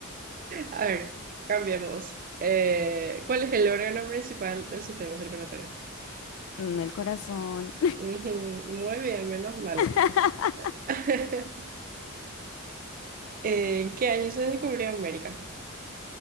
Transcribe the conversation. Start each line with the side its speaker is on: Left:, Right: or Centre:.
Right: A ver, cambiemos. Eh, ¿cuál es el órgano principal del sistema circulatorio?
Left: Mm, El corazón.
Right: Ujú, Muy bien, menos mal.
Left: <laughs>
Right: <laughs> Eh, ¿en qué año se descubrió América?